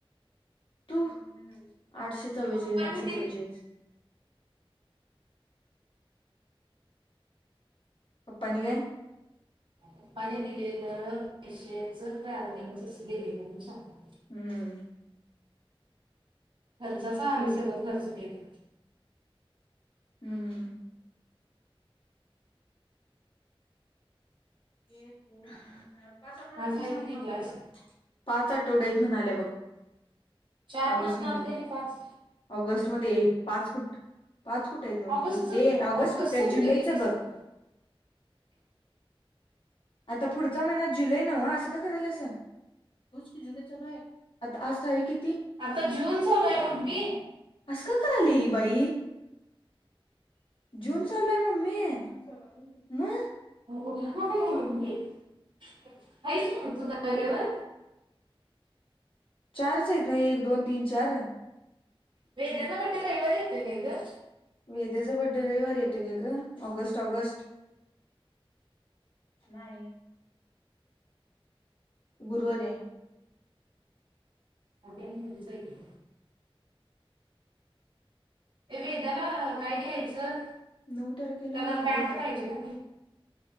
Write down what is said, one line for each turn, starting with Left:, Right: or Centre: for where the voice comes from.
Left: तू आठशे चव्वेचाळीस
Right: पप्पानी
Left: आठशे
Right: दिले
Left: चव्वेचाळीस पप्पांनी काय?
Right: पप्पाने दिलेलं पैशेच ट्रॅव्हलिंगचच दिलेलं मी सांगत.
Left: हम्म.
Right: खर्चाचा आम्ही सगळं खर्च केलु.
Left: हम्म. एक दोन तीन
Right: आज आहे
Left: चार
Right: की नाही
Left: पाच
Right: क्लास
Left: <unintelligible> पाच आठवड्यात म्हणाल्या बघ.
Right: चार
Left: ऑगस्ट
Right: म्हणाल
Left: मध्ये
Right: त्याने पाच
Left: ऑगस्ट मध्ये पाच कुट पाच कुठे आहेत मम्मी
Right: ऑगस्ट
Left: ए ऑगस्ट
Right: ऑगस्टच
Left: कुठे आहेत जुलैच
Right: गेलीस
Left: बघ.
Right: <unintelligible>
Left: आता पुढचा महिना्यात जुलै नव्ह असं का करायला सं. ह्योच की जुलै चालू आहे आज तारीख की
Right: आता जून चालुय आहे मम्मी.
Left: असं का करायल्या ही बाई! जुन चालू ये मम्मी जून चालु ये आहे म
Right: हो <inaudible>
Left: <inaudible>
Right: तू जागेवर
Left: चारच आहेत ना एक दोन तीन चार
Right: वेद्या चा बडे रविवारी येतो काय ग?
Left: वेद्याचा बड्डे रविवारी येतो काय ग ऑगस्ट ऑगस्ट नाही गुरुवारी आहे
Right: ती मुलगीच आहे की हे वेद्याला काय घ्यायचं?
Left: नऊ तारखेला
Right: त्याला पॅन्ट
Left: हे
Right: पाहिजे ना?